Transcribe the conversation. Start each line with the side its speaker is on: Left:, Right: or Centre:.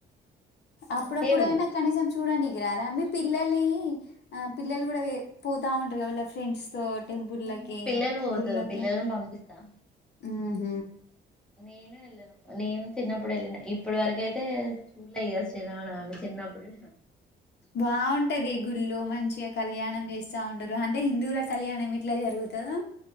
Left: అప్పుడప్పుడు
Centre: అంటే
Left: అయినా
Centre: ఉ-
Left: కనీసం చూడండికిరారా మీ పిల్లల్ని ఆ పిల్లలు కూడా పోతా ఉంటారు క వాళ్ళ ఫ్రెండ్స్ టెంపులోకి
Centre: ఉమ్, పిల్లలు పోతారు
Left: గుళ్ళకి
Centre: పిల్లలను పంపిస్తా
Left: ఆహ
Centre: నేను వెళ్ళను నేను చిన్నప్పుడు వెళ్ళిన ఇప్పటి వరక అయితే చూడయ కస్త నాను అవి చిన్నప్పుడు
Left: బాగుంటది గుళ్ళు మంచిగా కళ్యాణం చేస్తా ఉంటారు అంటే హిందువుల కళ్యాణం ఇట్లా జరుగుతుందో